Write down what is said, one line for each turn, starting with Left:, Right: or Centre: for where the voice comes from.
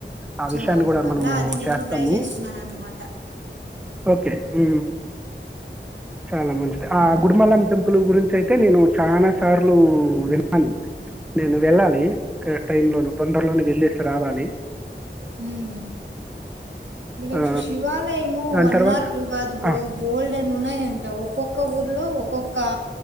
Centre: ఆ
Right: సో
Centre: విషయాన్ని
Right: అందువల్ల
Centre: కూడా మనము
Right: అది నేను
Centre: చేస్తాము
Right: ట్రై చేస్తున్నాను అనమాట
Centre: ఓకే హూ చాన మంచి ఆ గుడిమలం టెంపుల్ గురించయితే నేను చానా సార్లు విన్నాను నేను వెళ్ళాలి ఇక్కడ టైమ్ లోను తొందరలోను వెళ్లేసి రావాలి
Right: హూమ్ లైక్
Centre: ఆ,
Right: శివాలయము
Centre: దాని
Right: వన్
Centre: తర్వాత
Right: అర్ టూ కాదు బ్రో
Centre: ఆ,
Right: బోల్డన్నీ ఉన్నాయంట ఒక్కొక్క ఊర్లో ఒక్కొక్క